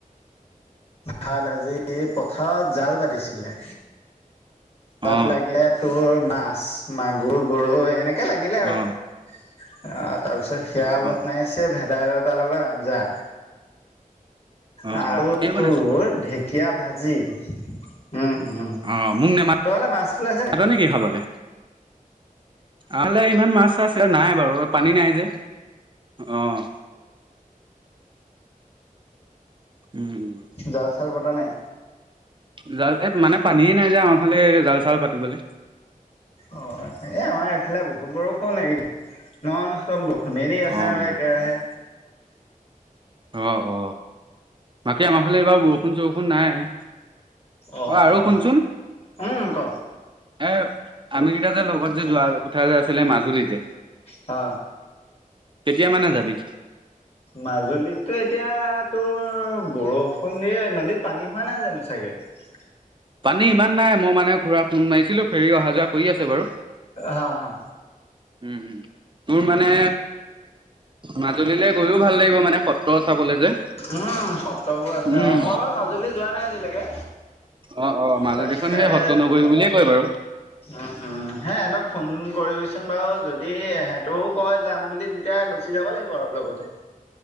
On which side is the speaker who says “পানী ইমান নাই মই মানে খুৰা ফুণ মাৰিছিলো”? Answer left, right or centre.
Right